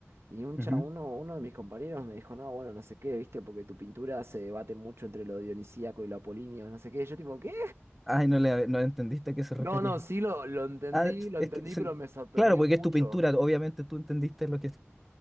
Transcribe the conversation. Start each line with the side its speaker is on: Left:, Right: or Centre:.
Right: y un
Centre: <clears throat>
Right: cha,
Centre: Ujú.
Right: uno, uno de mis compañeros me dijo, no, bueno, no sé qué, viste, porque tu pintura se debate mucho entre lo dionisíaco y lo apolinio, no sé qué. Yo tipo, ¿qué?
Centre: Ay, no le no entendiste a qué se refería.
Right: No, no, sí lo, lo entendí,
Centre: Ah, es
Right: lo
Centre: es
Right: entendí,
Centre: que, se-
Right: pero me sorprendió
Centre: claro, porque
Right: mucho.
Centre: es tu pintura, obviamente tú entendiste lo que es.